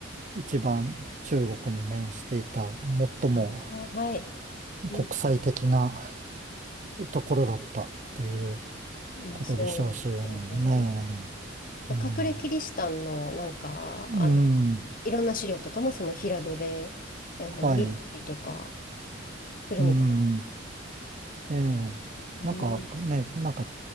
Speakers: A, on the right; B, on the left.
A: 一番中国に面していた、最も
B: あ、<laughs> はい。うん、
A: 国際的なところだったっていう
B: まあそうですよね。
A: ことでしょうしね。
B: なんか隠れキリシタンのなんか、
A: うん。うん。
B: あの、いろんな資料とかもその平戸で、あの、
A: はい。
B: 見たりとかするみたい
A: うん。ええ。
B: うん。
A: なんかね、なんか、